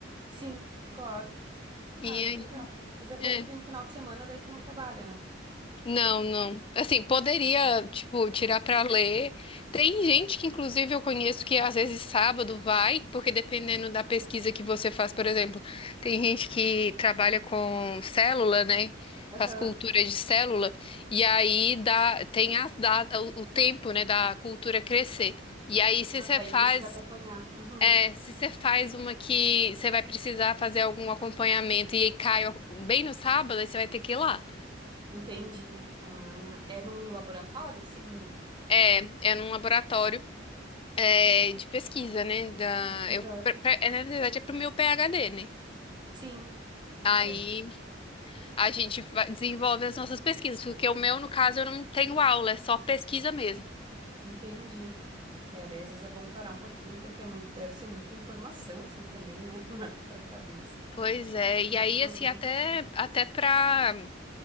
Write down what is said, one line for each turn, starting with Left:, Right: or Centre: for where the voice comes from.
Right: Sim, claro. Ah,
Left: E
Right: que
Left: aí,
Right: legal. Mas é bom
Left: é.
Right: que no final de semana daí tu não trabalha, né?
Left: Não, não. Assim, poderia, tipo, tirar pra ler. Tem gente que, inclusive, eu conheço que às vezes sábado vai, porque dependendo da pesquisa que você faz, por exemplo, tem gente que trabalha com célula, né?
Right: Aham,
Left: Faz cultura de célula, e aí dá, tem a, dá, o o tempo, né, da cultura crescer. E aí, se
Right: Ah,
Left: você
Right: daí
Left: faz,
Right: precisa acompanhar. Uhum.
Left: é, se você faz uma que você vai precisar fazer algum acompanhamento e aí cai bem no sábado, aí você vai ter que ir lá.
Right: Entendi. Ah, é num laboratório, assim?
Left: É é num laboratório. é, de pesquisa, né? Da,
Right: Aham.
Left: eu, pra- pra- é, na verdade, é pro meu PhD, né?
Right: Sim,
Left: Aí
Right: é,
Left: a gente va- desenvolve as nossas pesquisas, porque o meu, no caso, eu não tenho aula, é só pesquisa mesmo.
Right: entendi. É, daí às vezes é bom parar um pouquinho, porque é muito, deve ser muita informação, assim, também, né? <laughs> na- Pra cabeça.
Left: Pois é, e
Right: E
Left: aí,
Right: eu
Left: assim,
Right: lembro.
Left: até, até pra. <laughs>